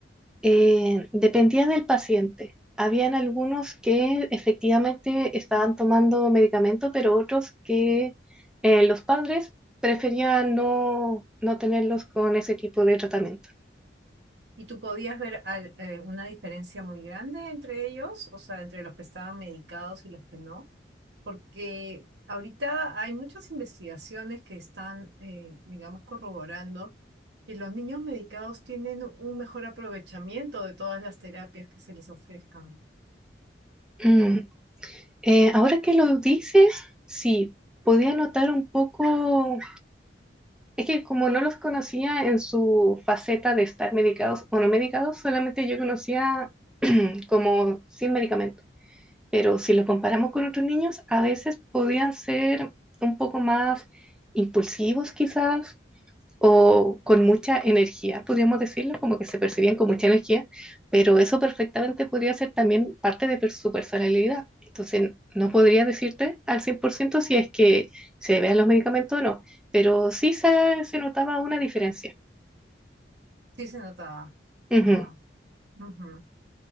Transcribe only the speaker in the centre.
Eh, dependía del paciente. Habían algunos que efectivamente estaban tomando medicamento, pero otros que eh, los padres preferían no, no tenerlos con ese tipo de tratamiento.
Mm. Eh, ahora que lo dices, sí, podía notar un poco, es que como no los conocía en su faceta de estar medicados o no medicados, solamente yo conocía <clears throat> como sin medicamento. Pero si lo comparamos con otros niños, a veces podían ser un poco más impulsivos quizás o con mucha energía, podríamos decirlo, como que se percibían con mucha energía, pero eso perfectamente podría ser también parte de per- su personalidad. Entonces, no podría decirte al 100% si es que se debe a los medicamentos o no, pero sí se, se notaba una diferencia.
Ujú.